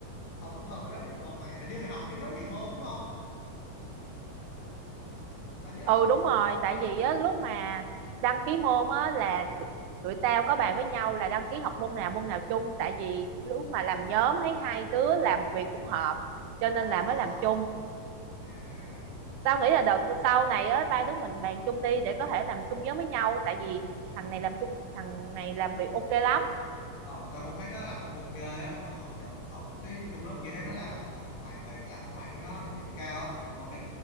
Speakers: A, on the left (about 75°); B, on the right (about 75°).
A: không có thân với nó được hơn mày hình như mày học chung lớp nhiều môn đúng không tao nhớ là
B: ừ
A: vậy
B: đúng rồi tại vì á lúc mà đăng ký môn á là tụi, tụi tao có bàn với nhau là đăng ký học môn nào môn nào chung tại vì lúc mà
A: à
B: làm nhóm thấy hai đứa làm việc cũng hợp cho nên
A: ờ
B: là mới làm chung
A: à.
B: tao nghĩ là đợt sau này á ba đứa mình bàn chung đi để có thể làm chung nhóm với nhau tại vì thằng này làm chung thằng này làm việc ok lắm
A: ờ tao cũng thấy nó làm việc ok á đợt học đợt học cái chung lớp kia thấy nó làm làm mày bài làm của mày với nó được điểm cao á ok